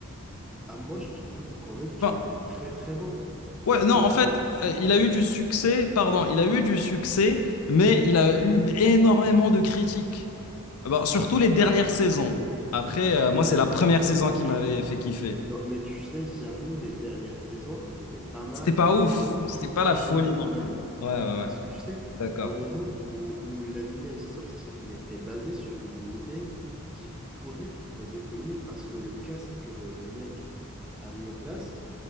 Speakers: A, in the centre; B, on the left.
A: Ah, moi, je trouve quand même qu'il
B: Enfin,
A: était très très bon. Surtout
B: ouais, non, en
A: que,
B: fait, euh, il a eu du succès, pardon, il a eu du succès, mais il a eu énormément de critiques. Ah bah, surtout les dernières
A: bah,
B: saisons. Après, euh,
A: bah,
B: moi, c'est
A: euh,
B: la première saison qui
A: tu,
B: m'avait fait kiffer.
A: non, mais tu sais, j'avoue, les dernières saisons, ils étaient pas mal,
B: C'était pas
A: mais
B: ouf,
A: ils étaient
B: c'était pas la
A: pas
B: folie
A: ouf
B: non
A: quand
B: plus.
A: même.
B: Ouais, ouais,
A: Pa- Parce
B: ouais,
A: que tu sais,
B: d'accord.
A: au moment où, où l'anime est sorti, il était basé sur une idée qui pourrait poser polémique parce que le casque que le mec a mis en place,